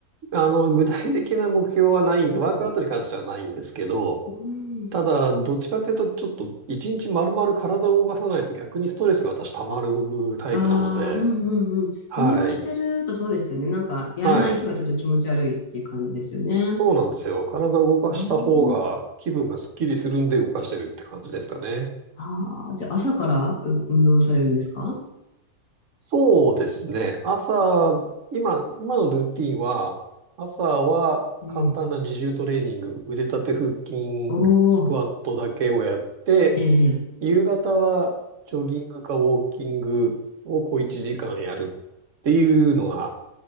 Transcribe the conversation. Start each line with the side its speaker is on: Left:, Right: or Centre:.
Right: あの、具体的な目標はないんで、
Left: うん
Right: ワークアウトに関してはないんですけど、
Left: うん。
Right: ただ、どっちかというと、ちょっと、一日丸々体を動かさないと逆にストレスが私溜まるタイプなので、
Left: ああ、うんうんうん。
Right: はい。
Left: 運動してるとそうですよね。なんか、やらない日はちょっと気持ち悪いっていう感じですよね。
Right: はい。そうなんですよ。体を動かした方が気分がスッキリするんで動かしてるって感じですかね。
Left: うん。ああ、じゃあ朝からう運動されるんですか
Right: そうですね。朝、今、今のルーティンは、朝は簡単な自重トレーニング、
Left: うん。
Right: 腕立て腹筋、
Left: おお、
Right: スクワットだけをやって、
Left: ええ、
Right: 夕方はジョギングかウォーキングを小1時間やるっていうのが、